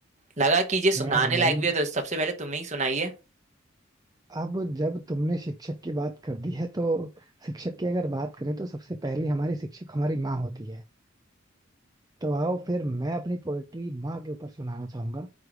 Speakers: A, on the right; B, on the right.
A: लगा कि ये
B: खैर
A: सुनाने
B: भाई
A: लायक भी है तो सबसे पहले तुम ही सुनाइए
B: अब जब तुमने शिक्षक की बात कर दी है तो शिक्षक की अगर बात करें तो सबसे पहले हमारी शिक्षक हमारी माँ होती है तो आओ फिर मैं अपनी पोएट्री माँ के ऊपर सुनाना चाहूंगा